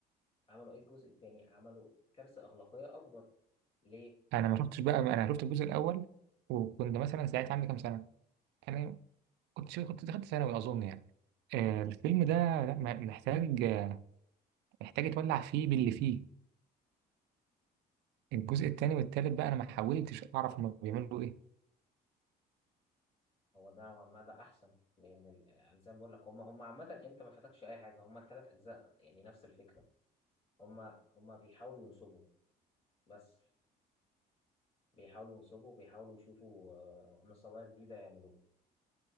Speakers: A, on the left (about 35°); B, on the right (about 85°).
A: عملوا ايه الجزء الثاني عملوا كارثه اخلاقيه اكبر ليه
B: انا ما شفتش بقى انا شفت الجزء الاول وكنت مثلا ساعتها عندي كام سنه انا كنت شو كنت دخلت ثانوي اظن يعني آه، الفيلم ده لا م- محتاج آه، محتاج يتولع فيه باللي فيه الجزء الثاني والثالث بقى انا ما حاولتش اعرف هم بيعملوا ايه
A: هو ده نوعاً ما ده احسن لان ال- آه، زي ما بقول لك هم هم عامه انت ما فاتكش اي حاجه هم الثلاث اجزاء يعني نفس الفكره هم هم بيحاولوا ينصبوا بس بيحاولوا ينصبوا وبيحاولوا يشوفوا آه، نصابات جديدة يعملوها